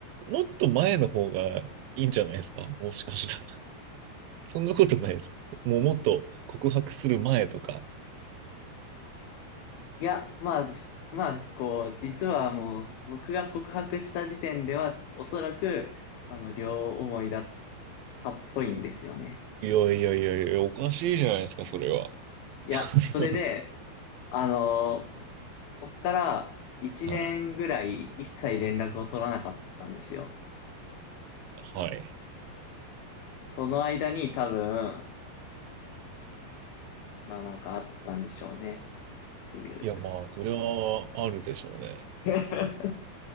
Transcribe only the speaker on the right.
もっと前の方がいいんじゃないですかもしかしたら。そんなことないですかもうもっと告白する前とか。
いやいやいやいや、おかしいじゃないですか、それは。
<laughs>
はい。はい。
いや、まあ、それはあるでしょうね。